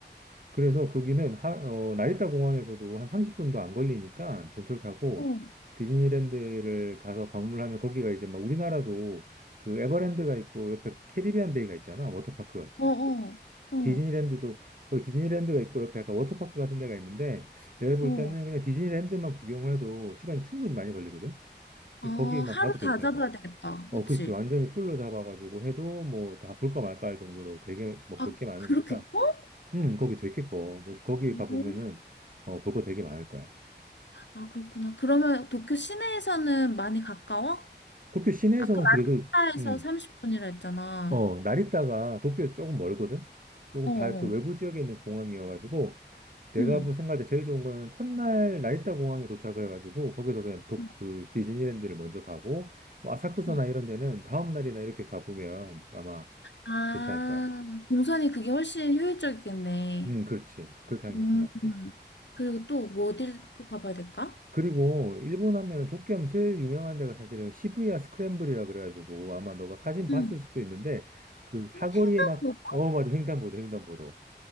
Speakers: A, on the right; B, on the left.
A: 그래서 거기는 하, 어, 나리타 공항에서도 한 30분도 안 걸리니까 전철 타고
B: 어,
A: 디즈니랜드를 가서 방문하면 거기가 이제 막 우리나라도 그 에버랜드가 있고 옆에 캐리비안 베이가 있잖아. 워터파크 같이.
B: 어, 어, 어,
A: 디즈니랜드도 거기 디즈니랜드가 있고 옆에 약간 워터파크 같은 데가 있는데 내가 볼
B: 어.
A: 때는 그냥 디즈니랜드만 구경을 해도 시간이 충분히 많이 걸리거든. 근데
B: 아,
A: 거기만
B: 하루
A: 봐도 괜찮을
B: 다 잡아야
A: 것 같아.
B: 되겠다.
A: 어,
B: 그치?
A: 그렇지. 완전히 풀로 잡아가지고 해도 뭐 다 볼까 말까 할 정도로 되게 뭐
B: 아,
A: 볼 게 많으니까
B: 그렇게 커?
A: 음, 거기 되게 커. 그래서 거기 가보면은,
B: 오.
A: 어, 볼 거 되게 많을 거야.
B: 아, 그렇구나. 그러면 도쿄 시내에서는 많이 가까워?
A: 도쿄 시내에서는
B: 아까
A: 그래도,
B: 라니타에서
A: 음,
B: 30분이라 했잖아.
A: 어, 나리타가 도쿄에서 조금 멀거든? 조금
B: 어,
A: 다
B: 어.
A: 그 외부 지역에 있는 공항이어가지고, 내가
B: 응.
A: 볼 생각할 때 제일 좋은 거는 첫날 나리타 공항에 도착을 해가지고, 거기서 그냥 도,
B: 어.
A: 그 디즈니랜드를 먼저 가고, 뭐 아사쿠사나
B: 어.
A: 이런 데는 다음날이나 이렇게 가보면 아마
B: 아,
A: 괜찮을 거야.
B: 동선이 그게 훨씬 효율적이겠네.
A: 음, 그렇지. 그렇게 하는
B: 음,
A: 게 훨씬 낫지.
B: 음. 그리고 또 뭐어를또 가봐야 될까?
A: 그리고 일본 하면은 도쿄 하면 제일 유명한 데가 사실은 시부야 스크램블이라 그래가지고 아마 너가 사진 봤을
B: 응,
A: 수도 있는데 그 사거리에
B: 횡단보도가,
A: 막 어 맞아 횡단보도 횡단보도